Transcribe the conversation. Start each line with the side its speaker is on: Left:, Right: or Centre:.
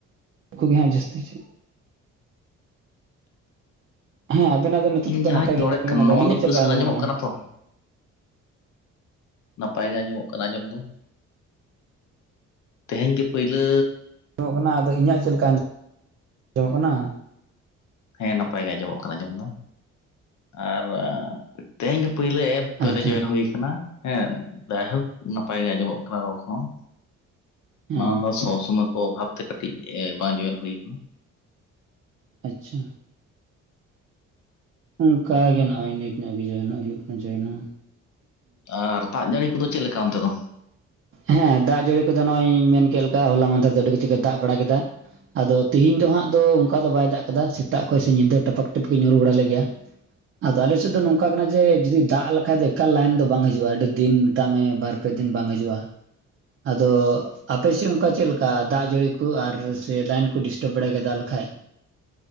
Right: ᱠᱚᱜᱮ ᱦᱟᱸᱜ ᱡᱟᱹᱥᱛᱤᱟᱞ <unintelligible> ᱦᱮᱸ ᱟᱵᱮᱱᱟᱜ ᱫᱚ ᱱᱤᱛᱚᱜ
Left: ᱤᱧ
Right: ᱫᱚ
Left: ᱡᱟᱦᱟᱸᱧ
Right: ᱱᱟᱯᱟᱭ ᱜᱮ
Left: ᱨᱚᱲᱮᱫ
Right: ᱟᱸᱡᱚᱢ ᱠᱟᱱᱟ
Left: ᱱᱚᱣᱟ
Right: ᱟᱞᱤᱧᱟᱜ
Left: ᱫᱚ
Right: ᱪᱮᱫ
Left: ᱯᱚᱨᱤᱥᱠᱟᱨ
Right: ᱞᱮᱠᱟ ᱟᱸᱚᱢᱚᱜ
Left: ᱟᱸᱡᱚᱢᱚᱜ
Right: ᱠᱟᱱᱟ
Left: ᱛᱚ ᱱᱟᱯᱟᱭ ᱜᱮ ᱟᱸᱡᱚᱢᱚᱜ ᱠᱟᱱᱟ ᱟᱸᱡᱚᱢ ᱫᱚ ᱛᱮᱦᱮᱧ ᱜᱮ ᱯᱩᱭᱞᱟᱹ
Right: ᱚᱜ ᱠᱟᱱᱟ ᱟᱫᱚ ᱤᱧᱟᱹᱜ ᱪᱮᱫ ᱞᱮᱠᱟ ᱟᱸᱡᱚᱢᱚᱜ ᱠᱟᱱᱟ
Left: ᱦᱮᱸ ᱱᱟᱯᱟᱭ ᱜᱮ ᱟᱸᱡᱚᱢᱚᱜ ᱠᱟᱱᱟ ᱟᱸᱡᱚᱢ ᱫᱚ ᱟᱨ ᱛᱮᱦᱮᱧ ᱜᱮ ᱯᱳᱭᱞᱳ ᱮᱯ ᱯ
Right: ᱟᱪᱪᱷᱟ
Left: ᱨᱮ ᱡᱚᱭᱚᱱ ᱦᱩᱭ ᱠᱟᱱᱟ ᱦᱮᱸ ᱡᱟᱭᱦᱳᱠ ᱱᱟᱯᱟᱭ ᱜᱮ ᱟᱸᱡᱚᱢᱚᱜ ᱠᱟᱱᱟ ᱨᱚᱲ ᱠᱚᱦᱚᱸ
Right: ᱦᱮᱸ
Left: ᱢᱟᱲᱟᱝ ᱫᱚ ᱥᱚᱵ ᱥᱚᱢᱚᱭ ᱠᱚ ᱚᱵᱷᱟᱵᱛᱮ ᱠᱟᱹᱴᱤᱡ ᱵᱟᱝ ᱡᱚᱭᱮᱱ ᱦᱩᱭ ᱟᱠᱟᱱᱟ
Right: ᱟᱪᱪᱷᱟ ᱚᱱᱠᱟ ᱜᱮ ᱱᱚᱜᱼᱚᱭ ᱱᱤᱛ ᱧᱚᱜ ᱜᱮ ᱡᱚᱭᱚᱱᱚᱜ ᱦᱩᱭᱩᱜ ᱠᱟᱱᱟ ᱡᱚᱭᱮᱱᱚ
Left: ᱟᱨ ᱫᱟᱜ ᱡᱟᱹᱲᱤ ᱠᱚᱫᱚ ᱪᱮᱫ ᱞᱮᱠᱟ ᱚᱱᱛᱮ ᱫᱚ
Right: ᱦᱮᱸ ᱫᱟᱜ ᱡᱟᱹᱲᱤ ᱠᱚᱫᱚ ᱱᱚᱜᱼᱚᱭ ᱞᱤᱧ ᱢᱮᱱ ᱠᱮ ᱞᱮᱠᱟ ᱦᱚᱞᱟ ᱢᱟᱦᱫᱷᱮᱨ ᱫᱚ ᱟᱹᱰᱤ ᱠᱤᱪᱷᱩᱮ ᱫᱟᱜ ᱵᱟᱲᱟ ᱠᱮᱫᱟ ᱟᱫᱚ ᱛᱮᱦᱤᱧ ᱫᱚ ᱦᱟᱸᱜ ᱫᱚ ᱚᱱᱠᱟ ᱫᱚ ᱵᱟᱭ ᱫᱟᱜ ᱠᱟᱫᱟ ᱥᱮᱛᱟᱜ ᱠᱷᱚᱱ ᱥᱮ ᱧᱤᱫᱟᱹ ᱴᱟᱯᱟᱠ ᱴᱩᱯᱩᱠ ᱧᱩᱨᱩ ᱵᱟᱲᱟ ᱞᱮᱫ ᱜᱮᱭᱟ ᱟᱫᱚ ᱟᱞᱮ ᱥᱮᱫ ᱫᱚ ᱱᱚᱝᱠᱟ ᱠᱟᱱᱟ ᱡᱮ ᱡᱩᱫᱤ ᱫᱟᱜ ᱞᱮᱠᱷᱟᱡ ᱫᱚ ᱮᱠᱟᱞ ᱞᱟᱭᱤᱱ ᱫᱚ ᱵᱟᱝ ᱦᱤᱡᱩᱜᱼᱟ ᱟᱹᱰᱤ ᱫᱤᱱ ᱢᱮᱛᱟᱜ ᱢᱮ ᱵᱟᱨ ᱯᱮ ᱫᱤᱱ ᱵᱟᱝ ᱦᱤᱡᱩᱜᱼᱟ ᱟᱫᱚ ᱟᱯᱮ ᱥᱮᱫ ᱚᱱᱠᱟ ᱪᱮᱫ ᱞᱮᱠᱟ ᱫᱟᱜ ᱡᱟᱹᱲᱤ ᱠᱚ ᱟᱨ ᱥᱮ ᱞᱟᱭᱤᱱ ᱠᱚ ᱰᱤᱥᱴᱟᱵ ᱵᱟᱲᱟᱭ ᱜᱮᱭᱟ ᱫᱟᱜ ᱞᱮᱠᱷᱟᱡ